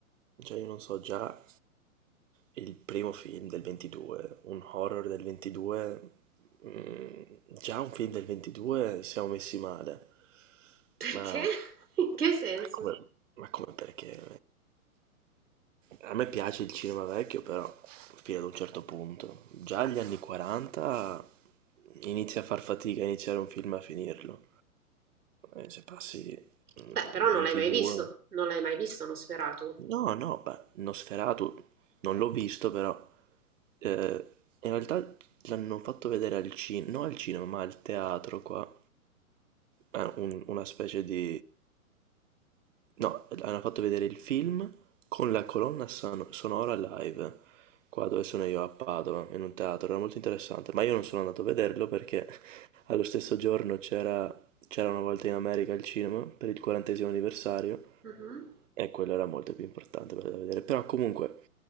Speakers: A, on the right (about 55°); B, on the right (about 85°).
A: Cioè io non so, già il primo film del 22, un horror del 22, mm, già un film del 22 siamo messi male,
B: perché?
A: ma,
B: <laughs> In che senso?
A: ma come, ma come perché? A me piace il cinema vecchio, però fino ad un certo punto. Già agli anni 40 inizia a far fatica a iniziare un film e a finirlo. E se passi mm,
B: Beh, però non
A: 22...
B: l'hai mai visto, non l'hai mai visto Nosferatu?
A: No, no, beh, Nosferatu non l'ho visto però, eh, in realtà l'hanno fatto vedere al cinema, non al cinema ma al teatro qua, Eh, un- una specie di... no, hanno fatto vedere il film con la colonna son- sonora live, qua dove sono io a Padova, in un teatro, era molto interessante, ma io non sono andato a vederlo perché <laughs> allo stesso giorno c'era c'era una volta in America al cinema per il quarantesimo anniversario
B: Mh-mh.
A: e quello era molto più importante quello da vedere. Però comunque